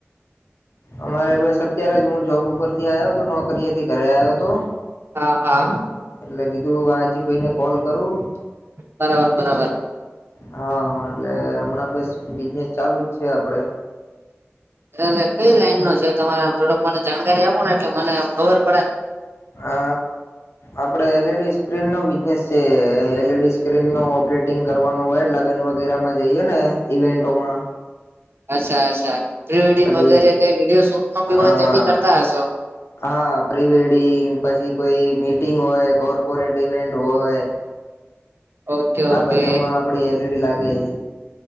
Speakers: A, on the left (about 70°); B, on the right (about 60°).
A: અમારે બસ અત્યારે જ હું જોબ ઉપરથી આયો તો નોકરી એથી ઘરે આવ્યો હતો
B: હા હા.
A: એટલે કીધું હાજી ભાઈને કોલ કરું
B: બરાબર. બરાબર.
A: હા એટલે હમણાં બસ બિઝનેસ ચાલુ જ છે આપડે
B: એટલે કઈ લાઈન નો છે તમારે આમ થોડોક મને જાણકારી આપો ને એટલે મને ખબર પડે ને
A: અ આપડે એલીઈડી સ્ક્રીન નું બિઝનેસ છે એલીઈડી સ્ક્રીન નુ ઓપરેટિંગ કરવાનું હોય લગ્ન વગેરે માં જઈએ ને ઇવેન્ટોમાં
B: અચ્છા અચ્છા પ્રીવેડિંગ
A: પછી
B: વગેરે તે વિડીયો શૂટ નો બી
A: હા
B: હોય તે બી કરતા હશો
A: હા પ્રી વેડિંગ પછી કોઈ મીટિંગ હોય કોર્પોરેટ ઇવેન્ટ હોય
B: ઓકે
A: આ
B: ઓકે
A: બધામાં આપડે એલીઈડી લાગે હે